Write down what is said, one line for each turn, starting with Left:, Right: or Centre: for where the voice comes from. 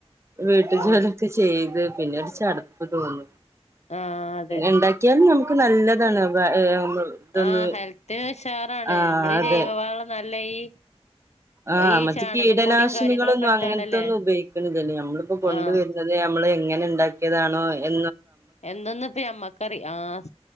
Right: വീട്ടു
Left: അതെ
Right: ജോലിയൊക്കെ ചെയ്ത് പിന്നെ ഒരു ചടപ്പ് തോന്നുന്നു
Left: ആ അതെ
Right: ഉണ്ടാക്കിയാലും നമ്മ നല്ലതാണ് ഇതൊന്ന്
Left: ആഹ ഹെൽത്തി ഉഷാറാണ്
Right: ആ
Left: നമ്മൾ
Right: അതെ
Left: ജൈവവാളം നല്ല ഈ
Right: ആഹ
Left: ഈ
Right: മറ്റേ
Left: ചാണകപ്പൊടിയും
Right: കീടനാശിനികളൊന്നും
Left: കാര്യങ്ങളൊക്കെ ഇട്ടാണ്ടല്ലേ
Right: അങ്ങനത്തെൊന്നും ഉപയോഗിക്കണതല്ലേ നമ്മളിപ്പോ കൊണ്ടുവരുന്നത്
Left: ആ
Right: നമ്മൾ എങ്ങനെ ഉണ്ടാക്കിയതാണോ എ
Left: എന്തന്നപ്പ അമ്മക്കറി ആഹ്